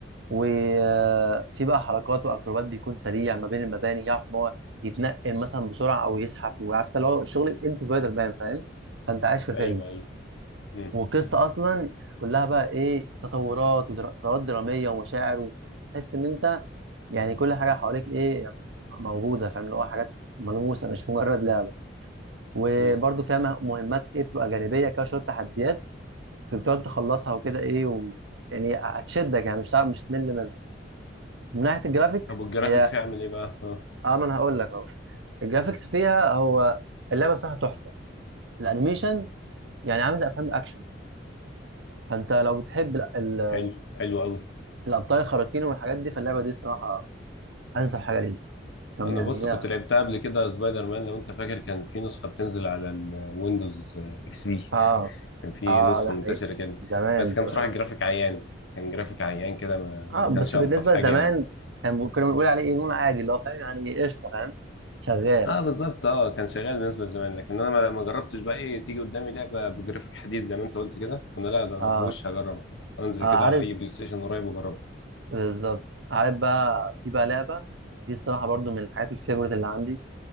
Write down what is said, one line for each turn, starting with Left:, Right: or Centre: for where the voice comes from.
Right: وفي بقى حركات واكروبات بيكون سريع ما بين المباني يعرف ان هو يتنقل مثلا بسرعه او يزحف وعارف اللي هو شغل انت سبايدر مان فاهم فانت عايش في فيلم
Left: ايوه ايوه مم.
Right: والقصه اصلا كلها بقى ايه تطورات وتطورات دراميه ومشاعر وتحس ان انت يعني كل حاجه حواليك ايه موجوده فاهم اللي هو حاجات ملموسه مش مجرد لعبه وبرده
Left: مم.
Right: فيها مه- مهمات ايه بتبقى جانبيه كده شويه تحديات بتقعد تخلصها وكده ايه و... يعني هتشدك يعني مش هتعرف- مش هتمل منها من ناحيه الجرافيكس
Left: طب والجرافيك
Right: هي
Left: فيها عامل ايه بقى اه
Right: اه ما انا هقول لك اهو الجرافيكس فيها هو اللعبه صراحه تحفه الانيميشن يعني عامل زي افلام الاكشن فانت لو بتحب ال- ال-
Left: حلو حلو قوي
Right: الابطال الخارقين والحاجات دي فاللعبه دي صراحه انسب حاجه ليك طب
Left: انا
Right: يعني
Left: بص كنت
Right: هي
Left: لعبتها قبل كده سبايدر مان لو انت فاكر كان في نسخه بتنزل على الويندوز اكس بي
Right: اه
Left: كان في
Right: اه
Left: نسخة
Right: ده حقيقي
Left: منتشرة كده
Right: زمان
Left: بس كان
Right: زمان
Left: بصراحة
Right: اه
Left: الجرافيك عيان كان جرافيك عيان كده ما,
Right: آه،
Left: ما كانش
Right: بس
Left: ألطف
Right: بالنسبه
Left: حاجة
Right: لزمان
Left: يعني
Right: كان بي- كنا بنقول عليه ايه نقول عادي اللي هو فاهم يعني قشطه فاهم شغال
Left: اه بالظبط اه كان شغال بالنسبة لزمان لكن انا ما ما جربتش بقى ايه تيجي قدامي لعبة بجرافيك حديث زي ما انت قلت كده فانا لا ده أنا
Right: اه
Left: وش هجربها انزل
Right: اه
Left: كده
Right: عارف
Left: اي بلاي ستيشن قريب واجربها
Right: بالظبط عارف بقى في بقى لعبه دي الصراحه برضو من الحاجات الفيفورت اللي عندي